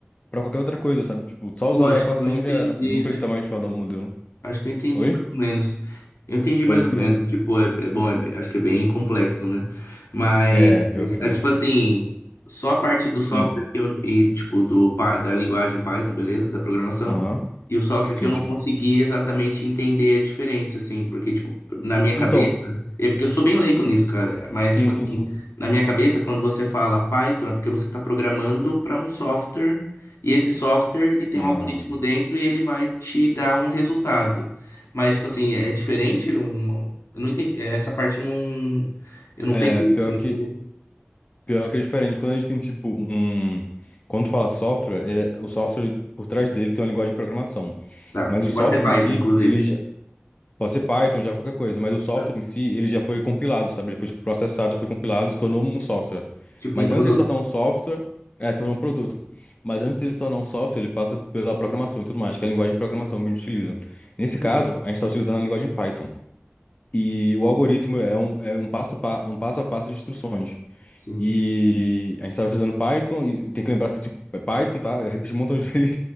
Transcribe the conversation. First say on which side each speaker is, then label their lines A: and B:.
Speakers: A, on the left; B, on the left.
A: pra qualquer outra coisa, sabe? Tipo, só
B: Pô,
A: usar
B: acho
A: a equação
B: que eu entendi.
A: já era. Não precisa mais falar do modelo.
B: Acho que eu entendi
A: Oi?
B: mais ou menos. Eu entendi
A: Pode
B: mais ou
A: crer.
B: menos. Tipo, é, é bom, é- acho que é bem complexo, né? Mas,
A: É, pior que
B: é,
A: é.
B: tipo assim, só a parte do software
A: Hum,
B: que eu, e, tipo, do, pa- da linguagem Python, beleza? Da programação.
A: aham.
B: E o software
A: Sim,
B: que eu não
A: sim.
B: consegui exatamente entender a diferença, assim. Porque, tipo, na minha cabeça.
A: Então,
B: É porque eu sou bem leigo nisso, cara. Mas,
A: sim,
B: tipo assim,
A: sim, sim.
B: na minha cabeça, quando você fala Python, é porque você tá programando para um software. E esse software, ele tem
A: Ah,
B: um algoritmo dentro e ele vai te dar um resultado. Mas, tipo assim, é diferente? Um- eu não entendi. é, Essa parte eu não, eu não
A: é,
B: peguei.
A: pior
B: assim, não
A: que,
B: entendi.
A: pior que é diferente. Quando a gente tem, tipo, um... Quando fala software, é- o software, por trás dele, tem uma linguagem de programação.
B: Tá,
A: Mas
B: que
A: o software
B: pode ser Python,
A: em si,
B: inclusive.
A: ele, Pode ser Python, Java, qualquer coisa, mas o software
B: né?
A: em si, ele já foi compilado, sabe? Ele foi tipo, processado, já foi compilado, se tornou um software.
B: Tipo
A: Mas
B: um produto.
A: antes de se tornar um software, é, se tornou um produto. Mas antes de se tornar um software, ele passa pela programação e tudo mais, que é a linguagem de programação que a gente utiliza. Nesse
B: Sim.
A: caso, a gente está utilizando a linguagem Python. E o algoritmo é um, é um passo, a pa- um passo a passo de instruções.
B: Sim.
A: E a gente estava utilizando Python, e tem que lembrar que tipo, é Python, tá? Eu repeti um montão de <laughs> vezes.